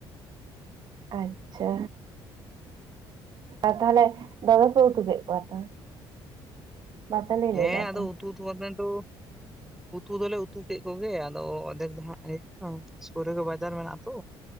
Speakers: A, on the right (about 50°); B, in the centre.
A: ᱟᱪᱪᱷᱟ᱾ ᱟᱨ, ᱛᱟᱦᱚᱞᱮ ᱫᱚᱢᱮ ᱯᱮ ᱩᱛᱩ ᱠᱮᱫ ᱠᱚᱣᱟ ᱛᱚ? ᱵᱟᱯᱮ ᱞᱟᱹᱭ
B: ᱦᱮᱸ
A: ᱞᱮᱫᱟ
B: ᱟᱫᱚ
A: ᱛᱚ
B: ᱩᱛᱩᱛ ᱵᱟᱫ ᱛᱚ ᱩᱛᱩ ᱫᱚᱞᱮ ᱩᱛᱩ ᱠᱮᱫ ᱠᱚᱜᱮ ᱟᱫᱚ ᱚᱫᱷᱮᱠ ᱫᱚ ᱦᱟᱸᱜ ᱤᱭᱟᱹ ᱥᱩᱨ ᱨᱮᱜᱮ ᱵᱟᱡᱟᱨ ᱢᱮᱱᱟᱜᱼ ᱛᱚ